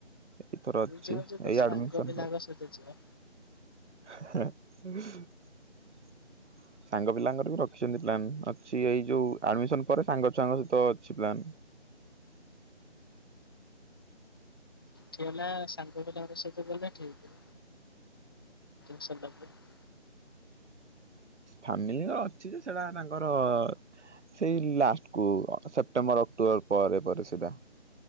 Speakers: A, on the right; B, on the left.
A: ଏଇଥର
B: ପୁରୀ
A: ଅଛି
B: ଯିବା ଯଦି
A: ଏଇ
B: ସାଙ୍ଗ
A: ଆଡମିସନ
B: ପିଲାଙ୍କ ସହିତ ଯିବା।
A: ହେଁ
B: ହ
A: ସାଙ୍ଗ ପିଲାଙ୍କର ବି ରଖିଛନ୍ତି ପ୍ଲାନ୍ ଅଛି ଏଇ ଯୋଉ ଆଡମିସନ ପରେ ସାଙ୍ଗ ଛୁଆଙ୍କ ସହିତ ଅଛି ପ୍ଲାନ
B: ଥିଲା ସାଙ୍ଗ ପିଲାଙ୍କ ସହିତ ଗଲେ ଠିକ <unintelligible>
A: ଫ୍ୟାମିଲି ଅଛି ଯେ ସେଟା ତାଙ୍କର ସେଇ ଲାଷ୍ଟ କୁ ସେପ୍ଟେମ୍ବର ଅକ୍ଟୋବର ପରେ ପରେ ସେଇଟା।